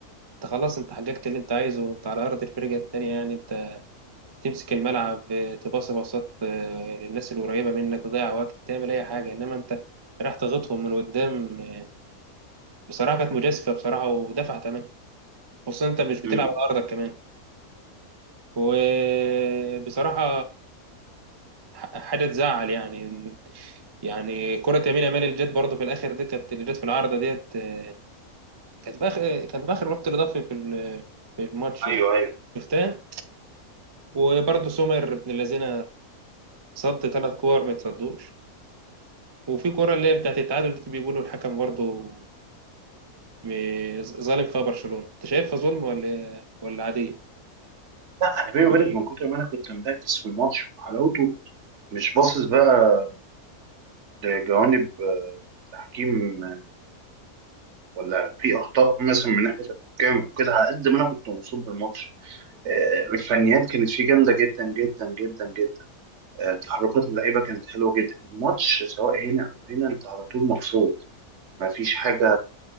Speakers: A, on the right (about 30°); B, on the right (about 55°).
A: انت خلاص انت حققت اللي انت عايزه انت على ارض الفرقه التانيه يعني انت تمسك الملعب آه، تباصي باصات آه، للناس القريبه منك تضيع وقت تعمل اي حاجه انما انت راح تغطهم من قدام آه، بصراحه كانت مجازفه بصراحه ودفع ثمنها خصوصا انت مش بتلعب
B: مم.
A: على ارضك كمان وبصراحه حاجه تزعل يعني يعني كره يمين يامال اللي جت برضه في الاخر دي كانت اللي جت في العارضه ديت آه، كانت في اخر كانت في اخر وقت اضافي في ال- في الماتش
B: ايوه
A: يعني
B: ايوه
A: شفتها وبرضه سومر ابن الذين صد ثلاث كور ما يتصدوش وفي كره اللي هي بتاعت التعادل دي بيقولوا الحكم برضه م- ظالم فيها برشلونه انت شايفها ظلم ولا ولا عاديه
B: لا انا بيني وبينك من كتر ما انا كنت مركز في الماتش وحلاوته مش باصص بقى لجوانب آه، تحكيم آه، ولا في اخطاء مثلا من ناحيه الحكام وكده على قد ما انا كنت مبسوط بالماتش آه، الفنيات كانت فيه جامده جدا جدا جدا جدا آه، تحركات اللعيبه كانت حلوه جدا الماتش سواء هنا او هنا انت على طول مبسوط ما فيش حاجه